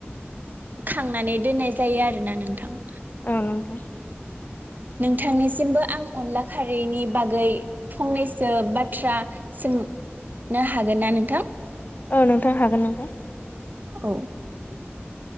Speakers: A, on the right (about 45°); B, on the left (about 45°).
A: खांनानै दोननाय जायो आरोना नोंथां।
B: औ नोंथां औ नोंथां
A: नोंथांनिसिमबो आं अनला खारैनि बागै फंनैसो बाथ्रा सोंनो हागोन ना नोंथां?
B: औ नोंथां हागोन नोंथां।
A: औ।